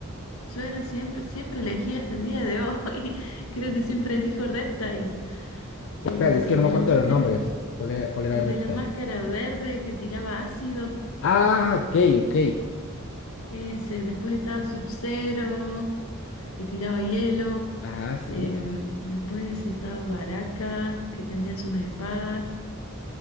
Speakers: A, on the left; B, on the left.
A: yo era siempre, siempre elegí hasta el día de hoy. <laughs> Creo que siempre elijo Reptile,
B: Espérate,
A: el,
B: es
A: el
B: que no
A: de
B: me acuerdo
A: la máscara,
B: de los nombres. ¿Cuál era, cuál era
A: el
B: el rectal?
A: de la máscara verde que tiraba ácido.
B: Ah, ok, ok.
A: Ese, después estaba Sub-Zero, que tiraba hielo.
B: Ajá, sí.
A: Em, después estaba Baraka, que tenía sus espadas.